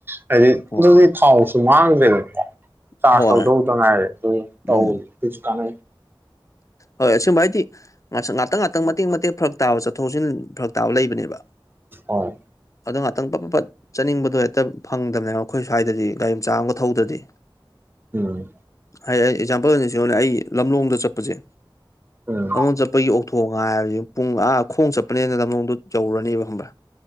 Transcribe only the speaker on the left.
ꯍꯣꯏ
ꯍꯣꯏ
ꯎꯝ
ꯍꯣꯏ ꯑꯁꯒꯨꯝꯕ ꯍꯥꯏꯗꯤ ꯉ ꯉꯥꯛꯇꯪ ꯉꯥꯛꯇꯪ ꯃꯇꯦꯛ ꯃꯇꯦꯛ ꯐꯔꯛ ꯇꯥꯕ ꯆꯠꯊꯣꯛ ꯆꯠꯁꯤꯟ ꯐꯔꯛ ꯇꯥꯕ ꯂꯩꯕꯅꯦꯕ
ꯑꯗꯣ ꯉꯥꯛꯇꯪ ꯄꯞ ꯄ ꯄꯠ ꯆꯥꯅꯤꯡꯕꯗꯣ ꯍꯦꯛꯇ ꯐꯪꯗꯕꯅꯦꯕ ꯑꯩꯈꯣꯏ ꯁ꯭ꯋꯥꯏꯗꯗꯤ ꯒꯥꯔꯤ ꯃꯆꯥ ꯑꯃꯒ ꯊꯧꯗ꯭ꯔꯗꯤ
ꯍꯥꯏ ꯑꯩ ꯑꯦꯛꯖꯥꯝꯄꯜ ꯑꯣꯏꯅ ꯁꯤꯣꯅꯦ ꯑꯩ ꯂꯝꯂꯣꯡꯗ ꯆꯠꯄꯁꯦ
ꯑꯗꯨꯣꯝ ꯆꯠꯄꯒꯤ ꯑꯣꯛꯊꯣꯛꯒ ꯍꯥꯏꯕꯕꯁꯤ ꯄꯨꯡ ꯑꯥ ꯈꯣꯡ ꯆꯠꯄꯅꯦꯅ ꯂꯝ ꯅꯣꯡꯗꯨ ꯌꯧꯔꯅꯦꯕ ꯈꯪꯕ꯭ꯔꯥ